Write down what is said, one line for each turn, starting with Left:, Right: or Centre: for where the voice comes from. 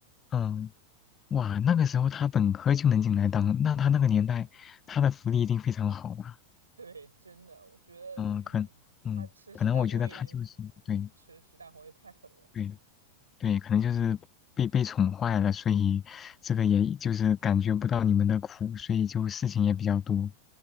Left: 嗯，哇，那个时候他本科就能进来当，那他那个年代他的福利一定非常好吧？
Right: 对，真的，我觉得，
Left: 嗯，
Right: 嗯，
Left: 可，嗯，
Right: 他吃时代红利，
Left: 可能我觉得他就是对
Right: 吃时代红利太狠了。
Left: 对对，可能就是被被宠坏了，所以这个也就是感觉不到你们的苦，所以就事情也比较多。